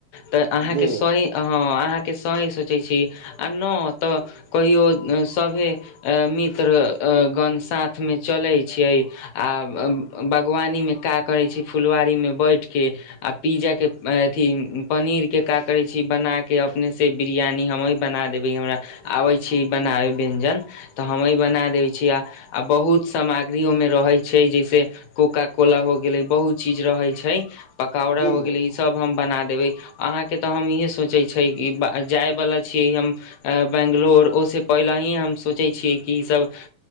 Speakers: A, on the left; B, on the right.
A: तऽ अहाँके
B: जी
A: सही ह आहा के सहि सोचै छी आ न तऽ कहियोे सभे मित्र गन साथ में चलै छियै आ बागवानीमे का करै छी फुलवारी मे बैठके आ पिज्जा के अथी पनीर के का करै छी बनााके अपने से बिरयानी हमी बना देबै हमरा आबै छी बनाब व्यंजन तऽ हमई बना दय छीयै आ बहुत समै मे रहै छै जैसे कोका कोला हो बहुत चिज रहैय छै पकोरा
B: जी
A: भ
B: जी
A: गेल सब हम बना देब अह हम सोचय छै कि जै वला छ बंगलोर ओ से पहले ही सोच छ कि सब